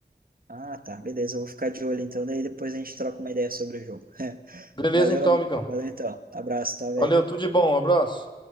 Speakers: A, on the right; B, on the left.
A: Ah, tá, beleza, eu vou ficar de olho então, daí depois a gente troca uma ideia sobre o jogo. <laughs>
B: Beleza
A: Valeu,
B: então, amigão.
A: valeu então. Abraço, tá, velho?
B: Valeu, tudo de bom, um abraço.